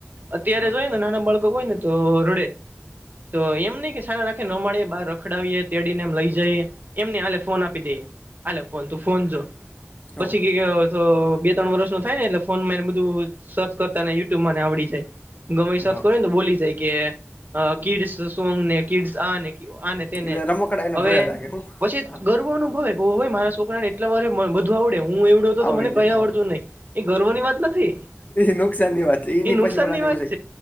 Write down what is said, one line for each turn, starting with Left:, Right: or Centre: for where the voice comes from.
Right: અત્યારે
Left: હા
Right: જોય ને નાના બાળકો હોય ને તો રોડે તો એમ નહી કે સારા રાખે ન માડી બાર રખડાવીએ તેડીને એમ લઈ જઈએ એમને આાલે ફોન આપી દે આાલે ફોન તું ફોન જો
Left: જો
Right: પછી કે બે ત્રણ વર્ષ નું થાય ને એટલે ફોન માં એને બધું સર્ચ કરતા ને યુટ્યુબ ને આવડી જાય ગમેઈ શત
Left: હા
Right: કરો ને તો બોલી જાય કે કીડ્સ સોંગ ને કીડ્સ આ ને આને
Left: એ બધા રમકડા એને
Right: હવે
Left: જોયા લાગે હું
Right: પછી
Left: હા
Right: ગર્વ અનુભવે હોય મારા છોકરા ને એટલા વારે બધું આવડે હું એવડ્યો હતો
Left: આવડી
Right: તો મને
Left: જાય
Right: કઈ
Left: છે.
Right: આવડતું નહીિ એ ગર્વ ની વાત નથી
Left: એ નુકસાન ની વાત છે એની
Right: એ નુકસાનની
Left: પછી બોલા
Right: વાત
Left: જેવું છે